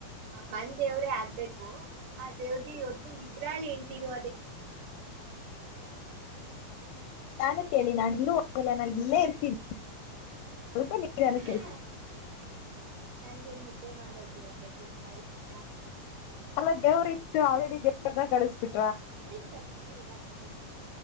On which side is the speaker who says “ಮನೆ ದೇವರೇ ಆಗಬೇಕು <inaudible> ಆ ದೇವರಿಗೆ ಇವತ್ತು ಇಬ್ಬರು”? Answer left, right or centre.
Right